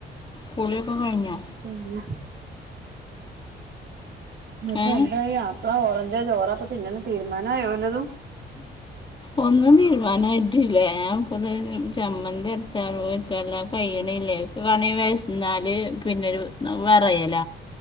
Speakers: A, on the left (about 25°); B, on the right (about 60°).
A: കുളിയൊക്കെ കഴിഞ്ഞോ
B: പിന്നെ ഇന്നിട്ട്
A: ഏ
B: എന്തായി ആപ്പിള ഓറഞ്ചാ ചോറാപ്പ തിന്ന്ന് തീരുമാനമായോല്ലതും
A: ഒന്നും തിരു വാനായിട്ടില്ല ഞാൻ ഇപ്പ ചമ്മന്തി <unintelligible> എല്ലാം കഴിയണല്ലേ വണി വിശന്നാല് പിന്നൊരു വെറയല